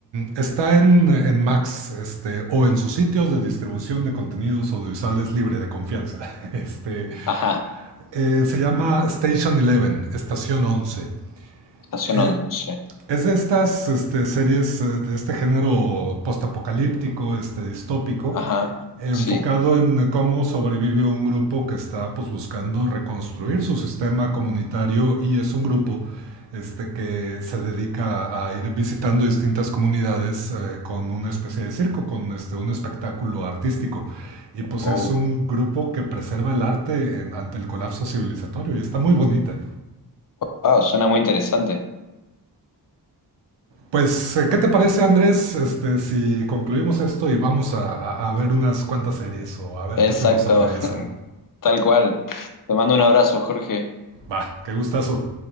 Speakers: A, on the right (about 80°); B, on the left (about 50°).
A: está en, en Max, este, o en sus sitios de distribución de contenidos audiovisuales libre de confianza. <laughs> Este,
B: Ajá.
A: eh, se llama Station 11, Estación Once.
B: Estación
A: Eh,
B: once,
A: es de estas este, series eh, de este género postapocalíptico, este, distópico,
B: Ajá.
A: enfocado
B: Sí.
A: en cómo sobrevive un grupo que está pues buscando reconstruir su sistema comunitario y es un grupo este, que se dedica a ir visitando distintas comunidades eh, con una especie de circo, con este, un espectáculo artístico. Y
B: Wow.
A: pues es un grupo que preserva el arte en- ante el colapso civilizatorio y está muy bonita.
B: Wow, suena muy interesante.
A: Pues, eh, ¿qué te parece Andrés este, si concluimos esto y vamos a, a- a ver unas cuantas series o a ver
B: Exacto.
A: qué se nos atraviesa?
B: <laughs> Tal cual. Te mando un abrazo, Jorge.
A: Va, qué gustazo.